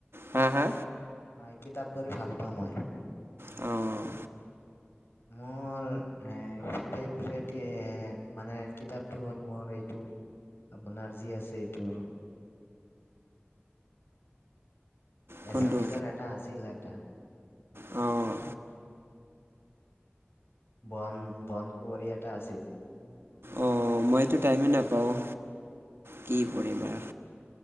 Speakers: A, on the right (about 65°); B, on the left (about 65°).
A: হা, হা।
B: হয়, কিতাপ পঢ়ি ভাল পাওঁ মই।
A: অ'।
B: মোৰ এ। এইফালে দিয়ে, মানে কিতাপটো হ'ল মোৰ এইটো। আপোনাৰ যি আছে এইটো। এছামিছৰ
A: কোনটো
B: এটা আছিল এটা।
A: অ'।
B: বন, বন কুঁৱৰী এটা আছিল। শুনিছেনে
A: অঁ মইতো টাইমেই নাপাওঁ কি কৰিবা।